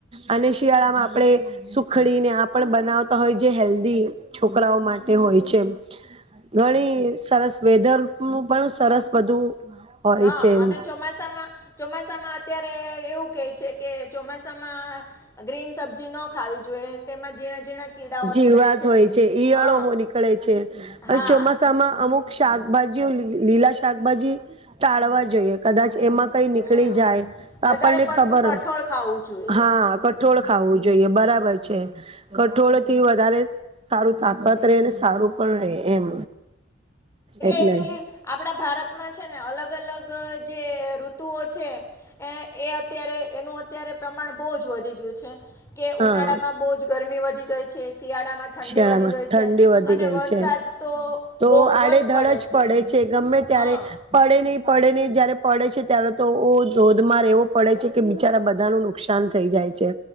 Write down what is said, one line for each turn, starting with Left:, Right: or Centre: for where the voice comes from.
Right: અને શિયાળામાં આપણે શુ સુખડીને આ પણ બનાવતા હોય જે હેલ્ધી છોકરાઓ માટે હોય છે. ઘણી સરસ વેધરનું પણ સરસ બધું હોય
Left: હા
Right: છે
Left: અને
Right: એમ
Left: ચોમાસામા ચોમાસામાં અત્યારે એવું કેય છે, કે ચોમાસામાં ગ્રીન સબ્જી ન ખાવી જોઈએ તેમાં ઝીણા ઝીણા કીડાઓ
Right: જીવાત
Left: નીકળે
Right: હોય છે, ઈયળો
Left: હા
Right: નીકળે છે, અને
Left: હા
Right: ચોમા સામાં અમુક શાકભાજીઓ લીલા શાકભાજી ટાળવા જોઈએ કદાચ એમાં કઈ નીકળી
Left: હમ
Right: જાય તો
Left: વધારે
Right: આપણને
Left: પડતું
Right: ખબર
Left: કઠોળ ખાવું જોઈએ
Right: હા ક ઠોળ ખાવું જોઈએ બરાબર છે, કઠોળ થી વધારે સારું તાકાત રે ને સારું પણ રે એમ એટલે
Left: એકચ્યુલી આપણા ભારતમાં છે, ને અલગ અલગ જે ઋતુઓ છે. એ એ અત્યારે એનું અત્યારે પ્રમાણ બહુ જ વધી ગયું છે કે
Right: હા
Left: ઉનાળા માં બહુ જ ગરમી વધી ગઈ છે શિયાળામાં ઠંડી
Right: શિયાળામાં
Left: વધી ગઈ છે
Right: ઠંડી વધી
Left: અને
Right: ગઈ
Left: વરસાદ
Right: છે
Left: - તો
Right: તો
Left: બહુ
Right: આડેધડ
Left: જ પડે છે
Right: ગમે
Left: હા
Right: ત્યારે પડે નહી પડે નહી જયારે પડે છે ત્યારે તો ઓ ધોધમાર એવું પડે છે. કે બિચારા બધા નું નુકસાન થ થઈ જાય છે.